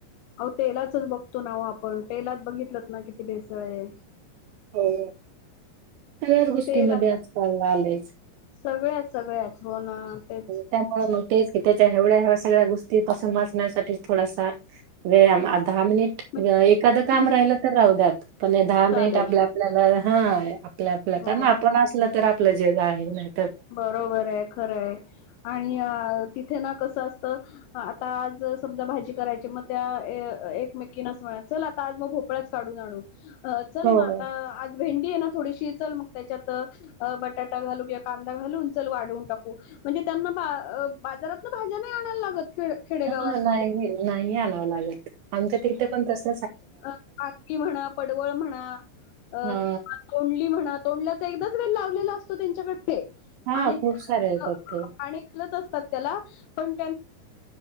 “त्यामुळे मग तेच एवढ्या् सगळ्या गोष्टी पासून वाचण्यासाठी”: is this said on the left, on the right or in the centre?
Right